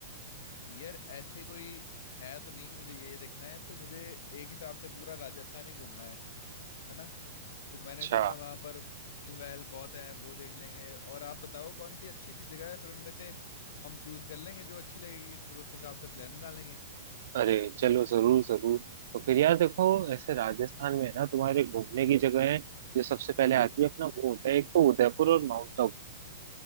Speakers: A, on the left (about 60°); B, on the right (about 65°).
A: यार ऐसे कोई है तो नहीं कि मुझे ये देखना है तो मुझे एक हिसाब से पूरा राजस्थान ही घूमना है है ना तो मैंने
B: अच्छा
A: सुना वहां पर महल वहल बहुत है वो देख लेंगे और आप बताओ कौन सी अच्छी अच्छी जगह है फिर उनमें से हम चूज कर लेंगे जो अच्छी लगेगी फिर उस हिसाब से प्लान बना लेंगे
B: अरे चलो जरूर जरूर तो फिर यार देखो ऐसे राजस्थान में है ना तुम्हारे घूमने की जगह है जो सबसे पहले आती है अपना वो होता है एक तो उदयपुर और माउंट आबू